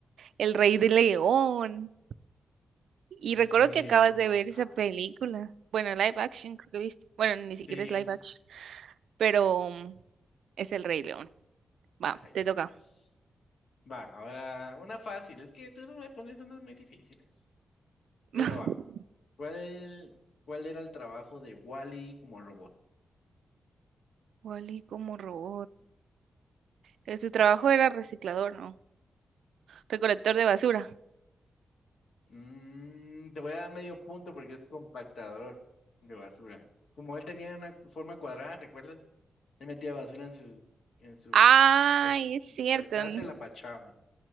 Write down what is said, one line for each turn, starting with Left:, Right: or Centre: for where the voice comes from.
Right: El Rey de León. Y
Left: El
Right: recuerdo
Left: Rey León.
Right: que acabas de ver
Left: Ah,
Right: esa película. Bueno, live action, creo que viste. Bueno, ni
Left: sí.
Right: siquiera es live action. Pero mm, es el Rey León.
Left: Ay,
Right: Va, te
Left: Dios.
Right: toca.
Left: Va, ahora una fácil. Es que tú no me pones unas muy difíciles. Pero
Right: <laughs>
Left: va. ¿Cuál, cuál era el trabajo de Wally como robot?
Right: Wally como robot. Eh, Su trabajo era reciclador, ¿no? Recolector de basura.
Left: Mm, te voy a dar medio punto porque es compactador de basura. Como él tenía una forma cuadrada, ¿recuerdas? Él metía basura en su, en su
Right: Ay,
Left: car-
Right: es cierto.
Left: carcasa
Right: n-
Left: y la pachaba.